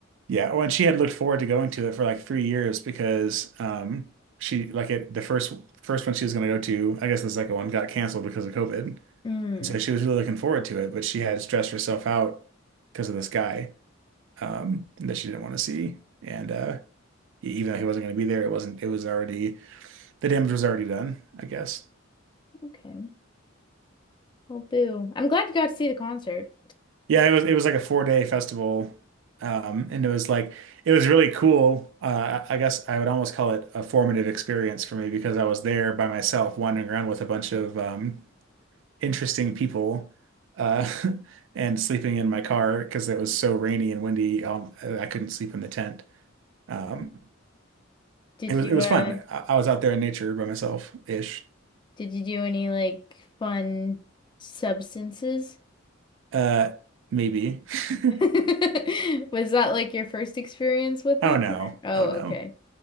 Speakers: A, on the right (about 65°); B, on the left (about 25°).
A: Yeah, well, and she had looked forward to going to it for like three years because um she like it the first first one she was going to go to, I guess the second one got canceled because of COVID.
B: Mm,
A: And so she was really looking forward to it, but she had stressed herself out because of this guy um that she didn't want to see. And uh e- even though he wasn't going to be there, it wasn't it was already the damage was already done, I guess.
B: okay. Well, boo. I'm glad you got to see the concert.
A: Yeah, it was it was like a four day festival. Um, and it was like it was really cool. Uh, I I guess I would almost call it a formative experience for me because I was there by myself wandering around with a bunch of um, interesting people uh, <laughs> and sleeping in my car because it was so rainy and windy. Um, I couldn't sleep in the tent. Um,
B: Mhm. Did
A: it was
B: you
A: it was
B: uh
A: fun. I, I was out there in nature by myself ish.
B: did you do any like fun substances?
A: Uh, maybe. <laughs>
B: <laughs> Was that like your first experience with them?
A: Oh no.
B: or- Oh,
A: Oh no.
B: okay.